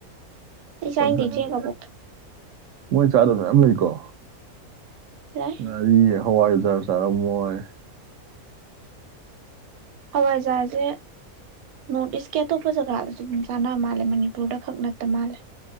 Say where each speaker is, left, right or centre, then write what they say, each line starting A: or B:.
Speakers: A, on the right; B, on the right.
A: ꯄꯁꯥꯗꯦꯊꯑ
B: ꯑꯗꯒꯤ
A: ꯀꯕꯨꯛ
B: ꯃꯣꯏ ꯆꯥꯗꯕ ꯃꯌꯥꯝ ꯂꯩꯔꯤꯀꯣ
A: ꯂꯩ
B: ꯉꯥꯔꯤ ꯍꯋꯥꯏ ꯑꯖꯥꯔ ꯆꯥꯔꯝꯣꯏ
A: ꯍꯋꯥꯏꯖꯍꯥꯥꯁꯦ ꯅꯣꯔꯠ ꯏꯁꯀꯤ ꯑꯇꯣꯞꯄ ꯖꯒꯥꯗꯁꯨ ꯑꯗꯨꯝ ꯆꯥꯅꯕ ꯃꯥꯜꯂꯦ ꯃꯅꯤꯄꯨꯔꯗ ꯈꯛ ꯅꯠꯇ ꯃꯥꯜꯂꯦ